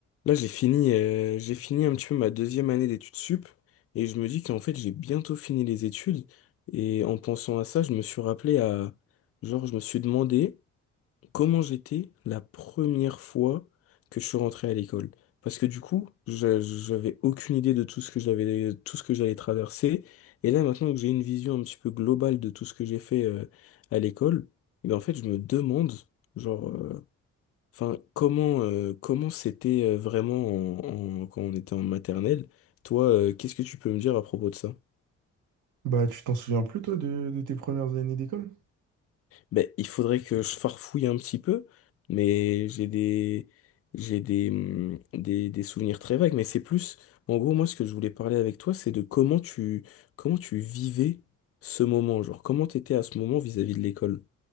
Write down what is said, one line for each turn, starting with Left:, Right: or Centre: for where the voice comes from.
Left: Là, j'ai fini, euh, j'ai fini un petit peu ma deuxième année d'études sup et je me dis qu'en fait, j'ai bientôt fini les études. Et en pensant à ça, je me suis rappelé à, genre, je me suis demandé comment j'étais la première fois que je suis rentré à l'école. Parce que du coup, je- j'avais aucune idée de tout ce que j'avais, tout ce que j'allais traverser. Et là, maintenant que j'ai une vision un petit peu globale de tout ce que j'ai fait, euh, à l'école, et en fait, je me demande, genre, euh, Enfin, comment euh, comment c'était euh, vraiment en- en- quand on était en maternelle? Toi, euh, qu'est-ce que tu peux me dire à propos de ça?
Right: Bah, tu t'en souviens plus, toi, de, de tes premières années d'école?
Left: Ben, il faudrait que je farfouille un petit peu, mais j'ai des j'ai des, hum, des des souvenirs très vagues. Mais c'est plus, en gros, moi, ce que je voulais parler avec toi, c'est de comment tu comment tu vivais ce moment, genre comment t'étais à ce moment vis-à-vis de l'école.